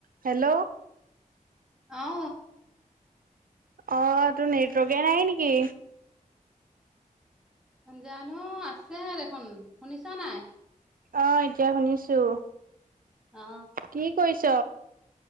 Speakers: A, on the right; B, in the centre.
A: Hello.
B: অ।
A: অ, তোৰ নেটৱৰ্ককেই নাই নেকি?
B: জানো আছে দেখোন শুনিছ নাই?
A: অ, এতিয়া শুনিছোঁ।
B: অ।
A: কি কৰিছ?